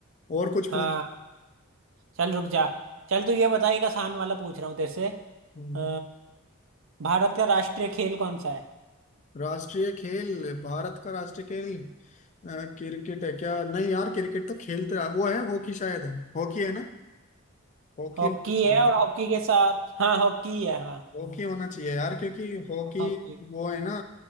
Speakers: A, on the left; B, on the right.
A: और कुछ
B: हाँ
A: पूछ
B: चल रुक जा चल तू ये बता एक आसान वाला पूछ रहा हूँ तेरे से
A: हम्म,
B: अ, भारत का राष्ट्रीय खेल कौन सा है
A: राष्ट्रीय खेल भारत का राष्ट्रीय खेल अ, क्रिकेट है क्या नहीं यार क्रिकेट तो खेलते रहा वो है हॉकी शायद है हॉकी है ना हॉकी
B: हॉकी
A: होना चाहिए
B: है और हॉकी के साथ हाँ हॉकी है हाँ
A: हॉकी होना चाहिए यार क्योंकि हॉकी
B: हॉकी
A: वो है ना